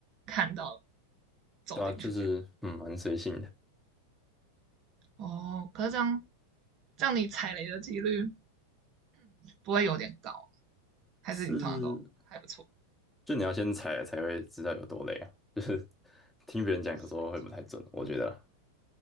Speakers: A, on the right; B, in the centre.
A: 看到走进去这样。
B: 对啊，就是嗯，蛮随性的，
A: 哦，可是这样这样你踩雷的几率不会有点高，还是你通常都还不错？
B: 是就你要先踩了才会知道有多累啊。就是听别人讲，有时候会不太准，
A: 没错。
B: 我觉得